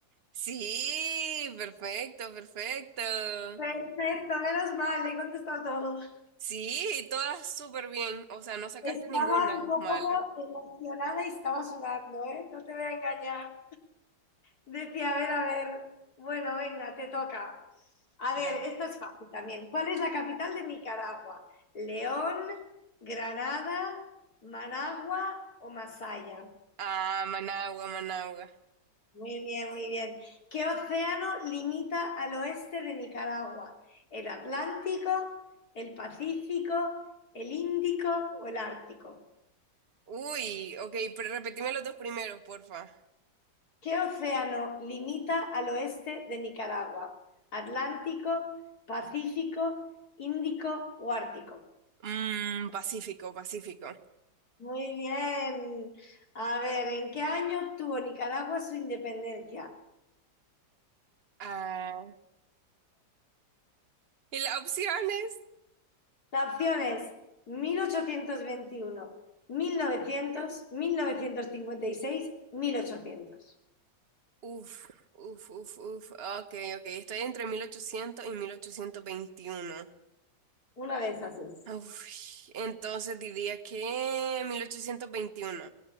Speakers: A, on the right; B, on the left.
A: Sí, perfecto, perfecto.
B: Perfecto, menos mal, he contestado todo.
A: Sí, todas súper bien. O sea, no sacaste
B: Estaba
A: ninguna
B: un poco
A: mala.
B: emocionada y estaba sudando, ¿eh? No te voy a engañar. Decía, a ver, a ver, bueno, venga, te toca. A ver,
A: Ya.
B: esto es fácil también. ¿Cuál es la capital de Nicaragua? ¿León, Granada, Managua o Masaya?
A: Ah, Managua, Managua.
B: Muy bien, muy bien. ¿Qué océano limita al oeste de Nicaragua? ¿El Atlántico, el Pacífico, el Índico o el Ártico?
A: Uy, ok, pero repetime los dos primeros, porfa.
B: ¿Qué océano limita al oeste de Nicaragua? ¿Atlántico, Pacífico, Índico o Ártico?
A: Mm, Pacífico, Pacífico.
B: Muy bien. A ver, ¿en qué año obtuvo Nicaragua su independencia?
A: Ah, <laughs> Y la opción es,
B: La opción es mil ochocientos veintiuno, mil novecientos, mil novecientos cincuenta y seis, mil ochocientos.
A: uf, uf, uf, uf. Ok, ok. Estoy entre 1800 y mil ochocientos veintiuno
B: Una de esas es.
A: Uf, entonces diría que 1821.